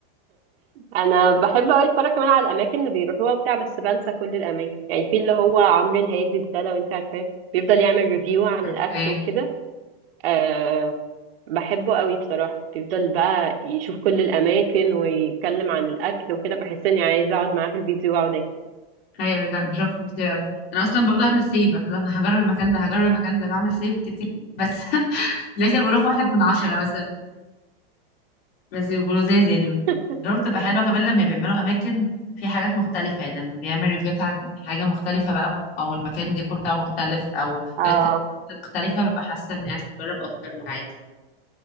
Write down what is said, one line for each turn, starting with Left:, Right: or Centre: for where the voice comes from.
Right: انا بحب قوي اتفرج كمان على الاماكن اللي بيروحوها وبتاع بس بنسى كل الاماكن يعني في اللي هو عمرو الهادي ده لو انت عارفاه بيفضل يعمل ريفيو عن
Left: عارفه
Right: الاكل
Left: ايه
Right: وكده أه بحبه قوي بصراحة بيفضل بقى يشوف كل الاماكن ويتكلم عن الاكل وكده بحس اني عايزة اقعد معاه في الفيديو واقعد اكل
Left: ايوه لا بشوفهم كتير قوي انا اصلا ببدا اعمل سيف أقول انا هجرب المكان ده هجرب المكان ده بعمل سيف كتير بس <laughs> في الاخر بروح واحد من عشرة مثلا بس يبقوا لزاز يعني
Right: <laughs>
Left: الريفيو بتبقى حلوة كمان لما بيعملوا أماكن في حاجات مختلفة يعني لما بيعمل ريفيوات عن حاجة مختلفة بقى أو المكان ديكور بتاعه مختلف أو
Right: اه
Left: طريقة التقديم مختلفة ببقى حاسة إني عايز أجرب أكتر من عادي